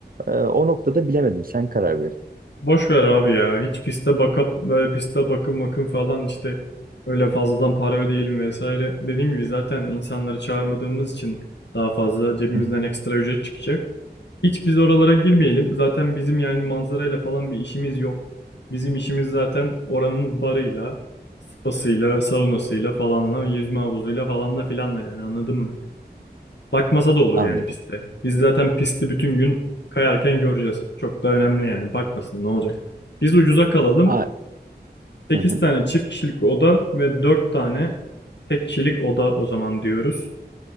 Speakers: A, on the right; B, on the left.
A: E, o noktada bilemedim. Sen karar ver.
B: Boş ver abi ya. Hiç piste bakıp böyle piste bakım bakım falan işte öyle fazladan para ödeyelim vesaire. Dediğim gibi zaten insanları çağırmadığımız için daha fazla cebimizden
A: Hı hı.
B: ekstra ücret çıkacak. Hiç biz oralara girmeyelim. Zaten bizim yani manzarayla falan bir işimiz yok. Bizim işimiz zaten oranın barıyla, spasıyla, saunasıyla falanla, yüzme havuzuyla falanla filanla yani anladın mı? Bakmasa da olur
A: Anladım.
B: yani piste. Biz zaten pisti bütün gün kayarken göreceğiz. Çok da önemli yani. Bakmasın ne olacak. Biz ucuza kalalım.
A: A
B: 8
A: hı hı.
B: tane çift kişilik oda ve 4 tane tek kişilik oda o zaman diyoruz.